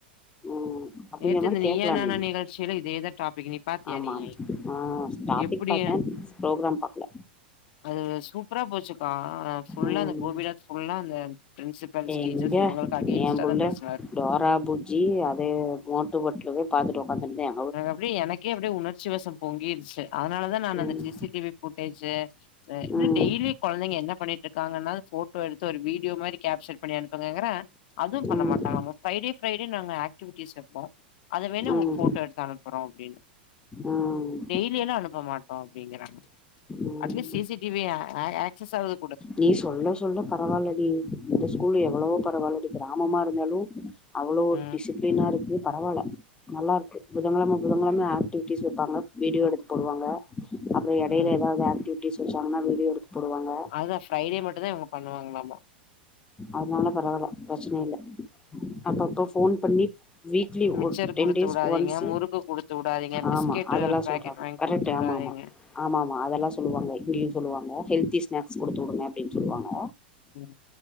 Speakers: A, on the left (about 15°); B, on the left (about 60°).
A: ம் அப்டிங்கிற
B: நேத்து
A: மாரி
B: இந்த நீயா
A: கேக்கலா
B: நானா
A: நீ
B: நிகழ்ச்சில இதேதா டாப்பிக்கு நீ பாத்தியா
A: ஆமா
B: நீயி
A: ஆமா ஆ டாபிக்
B: எப்புடியா
A: பாத்தே ப்ரோக்ராம் பாக்கல
B: அது சூப்பரா போச்சுக்கா அ ஃபுல்லா
A: ம்
B: அந்த கோபிநாத் ஃபுல்லா அந்த பிரின்சிபல்ஸ்
A: எங்க
B: டீச்சர்ஸ் இவங்களுக்கு அகேன்ஸ்டா
A: ஏ புள்ள
B: தா பேசுனாரு
A: டோரா புஜ்ஜி அதே மோட்டு பட்லுவே பாத்துட்டு ஒக்காந்ட்ருந்த்யா
B: அது அப்டியே எனக்கே அப்டியே உணர்ச்சி வசம் பொங்கி மிஸ்சு அதனாலதா நானு
A: ம்
B: அந்த <unintelligible> டி வி போட் <unintelligible> அ இன்மே
A: ம்
B: டெய்லி கொழந்தைங்க என்ன பண்ணிட்ருக்காங்கன்னாது ஃபோட்டோ எடுத்து ஒரு வீடியோ மாரி கேப்சர் பண்ணி அனுப்புங்கங்கறே அதுவ் பண்ண
A: ம்
B: மாட்டாங்களாமா ஃப்ரைடே ஃப்ரைடே நாங்க ஆக்டிவிட்டீஸ் வெப்போ அத வேணா உங்கு
A: ம்
B: ஃபோட்டோ எடு அனுப்புறோ அப்டின்
A: ம்
B: டெய்லியெல்லா அனுப்ப மாட்டோ அப்டிங்கறாங்க
A: ம்
B: at least C C T V அ அ அ ஆக்சஸ்ஸாவ்து
A: நீ சொல்ல சொல்ல பரவாலடி இந்த ஸ்கூலு எவ்ளவோ பரவாலடி கிராமமா இருந்தாலு அவ்ளோ ஒரு
B: ம்
A: டிசிப்ளீனா இருக்கு பரவால்ல நல்லா இருக்கு புதங்கெழம புதங்கெழம ஆக்டிவிட்டிஸ் வெப்பாங்க வீடியோ எடுத்து போடுவாங்க அப்பறம் எடயில
B: ம்
A: ஏதாவது அக்டிவ் <unintelligible> போடுவாங்க
B: அதுதா ஃப்ரைடே மட்டு தான் இவுங்க பண்ணுவாங்களாமா
A: அதுனால பரவால்ல பிரச்சன இல்ல அப்பப்ப ஃபோன் பண்ணி வீக்லி
B: மிச்சர்
A: ஒ டென்
B: குடுத்து
A: டேஸ்
B: விடாதீங்க
A: ஒன்ஸ்
B: முறுக்கு குடுத்து விடாதீங்க பிஸ்கெட்
A: ஆமா அதெலாம்
B: ஒரு பாக்கெட்
A: சொல்லுவாங்க
B: வாங்கி
A: கரெக்டு
B: குடுத்து விடாதீங்க
A: ஆ ஆமா அதெல்லாம் இங்கயும் சொல்லாங்க ஹல்த்தி ஸ்னாக் ஸ்நாக்ஸ் குடுத்து விடுங்க அப்டினு சொல்லுவாங்க
B: ம்